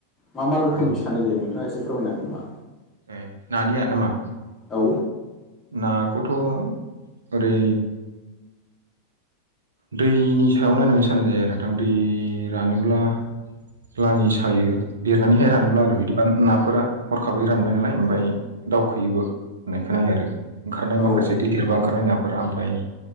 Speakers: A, on the left (about 15°); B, on the right (about 70°).
A: मा मा रोखोमनि
B: ओरै
A: सानाय जायो नोंथाङा एसे फोरमायनो हागोन नामा?
B: ए नानिया नामा?
A: औ
B: नाखौथ' ओरै दैनि सायाव नायनानै साननाय जायो आरो नोंथां दै रानोब्ला लाङि सायो देरनानैहाय रानोब्ला आरो बिदिबा ना फोरा हरखाबै रानबाय नालाय ओमफ्राय दावखोयोबो। होननाय खोनायो आरो ओंखारनाय
A: औ
B: माखासे गिदेरबा ओंखारनाय नाफोरा ओमफ्राय